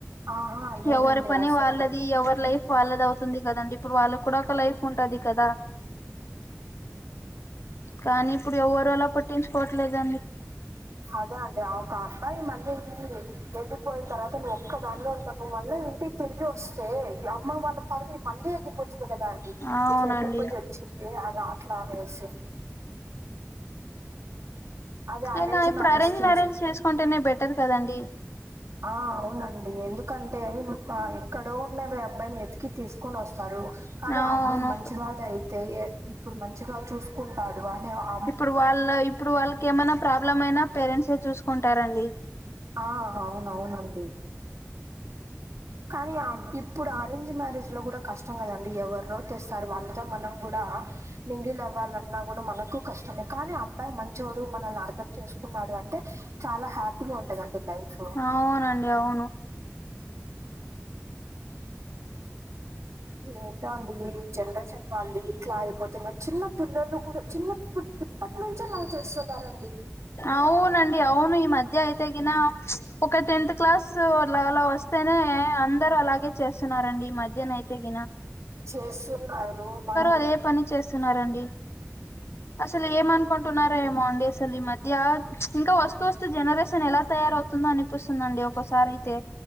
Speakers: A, on the right (about 75°); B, on the left (about 55°).
A: ఆహా లేదండి
B: ఎవరి పని
A: అసలు
B: వాళ్ళది ఎవరి లైఫ్ వాళ్ళది అవుతుంది కదండి ఇప్పుడు వాళ్ళక్కూడా ఒక లైఫ్ ఉంటది కదా కానీ ఇప్పుడు ఎవరూ అలా పట్టించుకోట్లేదండి
A: అదే అండి ఆ ఒక అబ్బాయి మళ్ళీని <unintelligible> ఎళ్ళిపోయిన్తర్వాత నువ్వు ఒక్కదానివే ఉంటావు మళ్ళ ఇంటికి తిరిగి వస్తే ఈ అమ్మ వాళ్ళ పరువు మళ్ళీ ఎళ్ళిపోచ్చు కదా అండి
B: అవునండి
A: ఇట్ల ఎళ్ళిపోయి ఎట్ చ్చింది అది అట్లానేసి అది అరేంజ్
B: అయినా ఇప్పుడు అరేంజ్
A: చేసి
B: మ్యారేజ్ చేసుకుంటేనే బెటర్ కదండి
A: ఆ అవునండి ఎందుకంటే ఆ ఎక్కడో ఉన్నవ దె అబ్బాయిని వెతికి తీసుకొనొస్తారు కానీ
B: అవును
A: ఆ అబ్బాయి మంచివాడు అయితే ఇప్పుడు మంచిగా చూసుకుంటాడు అని ఆ
B: ఇప్పుడు వాళ్ళ ఇప్పుడు వాళ్ళకి ఏమైనా ప్రాబ్లం అయినా పేరెంట్సే చూసుకుంటారండి
A: ఆ అవును అవునండి కానీ ఆ ఇప్పుడు అరేంజ్ మ్యారేజ్ లో కూడా కష్ టం కదండి ఎవరినో తెస్తారు వాళ్ళతో మనం కూడా మింగిల్ అవ్వాలన్నా కూడా మనకు కష్టమే కానీ అబ్బాయి మంచోడు మనల్ని అర్థం చేసుకున్నాడు అంటే చాలా హ్యాపీగా ఉంటదండి లైఫ్
B: అవునండి అవును
A: ఏంటో అండి ఈ జనరేషన్ వాళ్ళు ఇట్లా అయిపోతున్నారు చిన్న పిల్లలు కూడా చిన్న ఇప్పుడు ఇప్పటి నుంచే లవ్ చేస్తున్నారండి
B: అవునండి అవును ఈ మధ్య అయితేగిన ప్చ్ ఒక టెన్త్ క్లాస్ అలా అలా వస్తేనే అందరు అలాగే చేస్తున్నారండి ఈ మధ్యన అయితేగిన
A: చేస్సున్నారు కానీ
B: అదే పని చేస్తున్నారండి అసలు ఏం అనుకొంటున్నారో ఏమో అండి అసలీ మ ధ్య ప్చ్ ఇంకా వస్తూ వస్తూ జనరేషన్ ఎలా తయారవుతుందో అనిపిస్తుందండి ఒకసారి అయితే